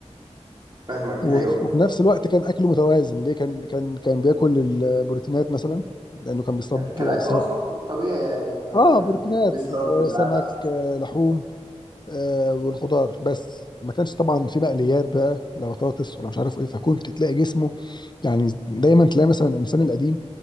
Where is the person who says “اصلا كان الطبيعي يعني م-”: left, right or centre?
Right